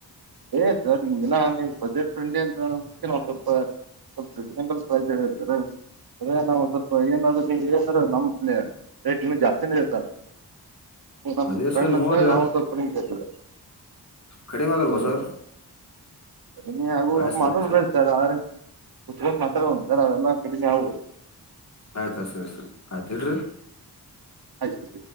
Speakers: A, on the right; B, on the left.
A: ಎನ್ ಸರ್ ನಿಮಗ ಇನ್ನ ನೀ ಬಜೆಟ್ ಫ್ರೆಂಡಿ ಅಂತೋದಕ್ಕೆ ನಾವ್ ಸ್ವಲ್ಪ. ಸ್ವಲ್ಪ ರೀಸನಬಲ್ ಪ್ರೈಜ್ ಹೇಳವ್ರಿ ಸರ ಸರ್ ರ ನಾವು ಸ್ವಲ್ಪ ಏನಾದ್ರೂ ಏನ ನಮ್ಮ್ ಪ್ಲೇರ್. ರೇಟ್ ಇನ್ನು ಜಾಸ್ತಿ ನ ಇರ್ತಾವ್ರಿ. ನಮ್ಮ್
B: ಅದೇ
A: ಫ್ರೆಂಡ್
B: ಸರ್
A: ಅಂತ
B: ನೋಡಿ
A: ಹೇಳಿ ನವು ಸಲ್ಪ ಕಡಿಮೆ ಕೇಳ್ತೀವ್ರಿ.
B: ಕಡಿಮೆ ಆಗಲ್ವಾ
A: <unintelligible>
B: ಸರ್
A: ಸರಿ ಕಡಿಮಿ ಆಗೂ
B: ಆಯ್ತು
A: ಹಂಗ್
B: ಸರ್
A: ಮಾಡೋನರಿ ಸರ್ ರ ಆ್ರದ್ರೆ. ಕುತ್ಕೊಂಡ ಮಾತಾಡೋನ್ ಸರ್ ಅವೆಲ್ಲ ಕಡಿಮೆ ಆಗ್ಬಹುದು.
B: ಆಯ್ತು ಆಯ್ತು ಸರಿ ಸರಿ ಆಯ್ತು ಇಡ್ರಿ
A: ಆಯ್ತು.